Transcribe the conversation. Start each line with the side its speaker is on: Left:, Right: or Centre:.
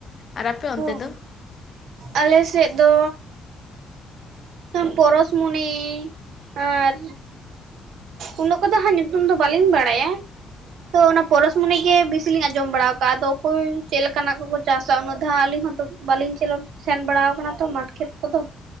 Left: ᱟᱨ ᱟᱯᱮ
Right: ᱦᱳᱭ
Left: ᱚᱱᱛᱮ ᱫᱚ
Right: ᱟᱞᱮ ᱥᱮᱫ ᱫᱚ ᱯᱚᱨᱚᱥᱢᱩᱱᱤ ᱟᱨ ᱩᱱᱟᱹᱜ ᱠᱚᱫᱚ ᱦᱟᱸᱜ ᱧᱩᱛᱩᱢ ᱫᱚ ᱵᱟᱹᱞᱤᱧ ᱵᱟᱲᱟᱭᱟ ᱛᱚ ᱚᱱᱟ ᱯᱚᱨᱚᱥᱢᱩᱱᱤ ᱜᱮ ᱵᱤᱥ ᱞᱤᱧ ᱟᱸᱡᱚᱢ ᱵᱟᱲᱟ ᱟᱠᱟᱫᱼᱟ ᱟᱫᱚ ᱚᱠᱚᱭ ᱪᱮᱫ ᱞᱮᱠᱟᱱᱟᱜ ᱠᱚᱠᱚ ᱪᱟᱥᱟ ᱩᱱᱟᱹᱜ ᱫᱷᱟᱣ ᱟᱞᱤᱧ ᱦᱚᱸᱛᱚ ᱵᱟᱹᱞᱤᱧ ᱥᱮᱱ ᱵᱟᱲᱟᱣ ᱟᱠᱟᱱᱟ ᱛᱚ ᱢᱟᱴᱷ ᱠᱷᱮᱛ ᱠᱚᱫᱚ